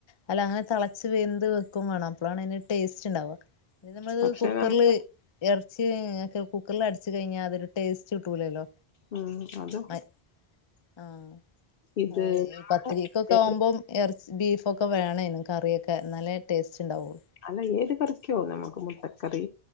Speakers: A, on the left; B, on the left.
A: അല്ല അങ്ങനെ തളച്ച് വെന്ത് വെക്കും വേണം അപ്പളാണ് അയിന്റെ ടേസ്റ്റ്ണ്ടാവ പിന്നെ നമ്മളത്
B: പക്ഷെ
A: കുക്കറില്
B: നമ്മള്
A: എറച്ചി ഒക്കെ കുക്കറില് അടച്ചു കഴിഞ്ഞാ അതൊരു ടേസ്റ്റ് കിട്ടൂലല്ലോ?
B: ഉം അതും
A: മറ്റെ ആഹ്
B: ഇത്
A: ആഹ് അതെ
B: നമ്മള്
A: പത്തിരിക്കൊക്കെ
B: ഏത്
A: ആവുമ്പോം എറച്ചി ബീഫൊക്കെ വേണേനും കറിയൊക്കെ ഇന്നാല്ലേ ടേസ്റ്റ് ഇണ്ടാവൊള്ളൂ
B: അല്ല ഏത് കറിക്കോ നമുക്ക് മുട്ട ക്കറി